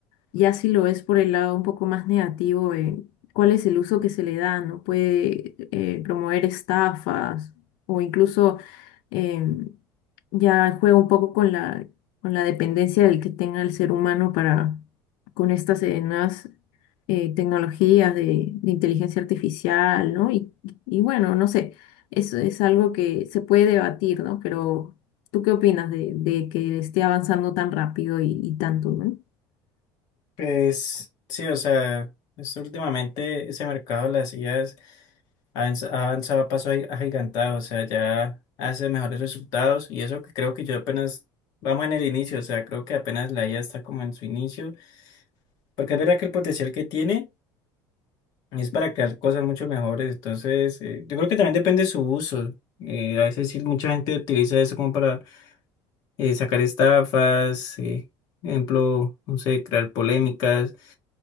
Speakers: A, on the left; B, on the left.
A: ya si lo ves por el lado un poco más negativo, eh, cuál es el uso que se le da, ¿no? Puede eh, promover estafas o incluso em, ya juega un poco con la, con la dependencia del que tenga el ser humano para, con estas eh, nuevas eh, tecnologías de, de inteligencia artificial, ¿no? Y, y bueno, no sé, eso es algo que se puede debatir, ¿no? Pero ¿tú qué opinas de, de que esté avanzando tan rápido y, y tanto, ¿no?
B: Pues sí, o sea, es últimamente ese mercado de las IAs ha avanz- ha avanzado a paso agi- agigantado, o sea, ya hace mejores resultados y eso que creo que yo apenas vamos en el inicio, o sea, creo que apenas la IA está como en su inicio, porque es verdad que el potencial que tiene es para crear cosas mucho mejores, entonces eh, yo creo que también depende de su uso, eh, a veces sí, mucha gente utiliza eso como para eh, sacar estafas, eh, ejemplo, no sé, crear polémicas.